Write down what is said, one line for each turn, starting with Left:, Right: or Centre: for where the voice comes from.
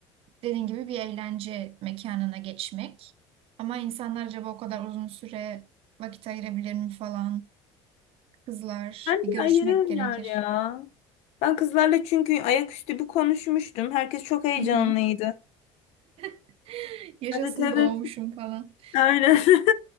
Right: dediğin gibi bir eğlence mekanına geçmek. Ama insanlar acaba o kadar uzun süre vakit ayırabilir mi falan. Kızlar
Left: Bence
Right: bir görüşmek
Left: ayırırlar
Right: gerekir.
Left: ya. Ben kızlarla çünkü ayaküstü bir konuşmuştum. Herkes çok heyecanlıydı.
Right: Hı hı. <laughs> Yaşasın
Left: Evet evet.
Right: doğmuşum falan.
Left: Aynen. <laughs>